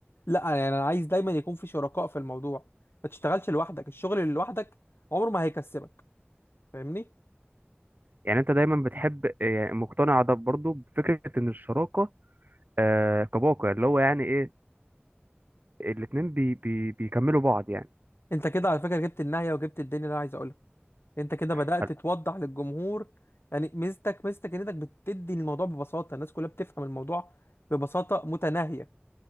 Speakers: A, on the left; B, on the right.
A: لا يعني انا عايز دايما يكون في شركاء في الموضوع ما تشتغلش لوحدك الشغل اللي لوحدك عمره ما هيكسبك فاهمني
B: يعني انت دايما بتحب يعني مقتنع ده برضو بفكرة ان الشراكة آه كباقة اللي هو يعني ايه الاتنين بي بي بيكملوا بعض يعني
A: انت كده على فكرة جبت النهاية وجبت الدنيا اللي انا عايز اقولها انت كده بدأت
B: خل-
A: توضح للجمهور يعني ميزتك ميزتك ان انك بتدي الموضوع ببساطة الناس كلها بتفهم الموضوع ببساطة متناهية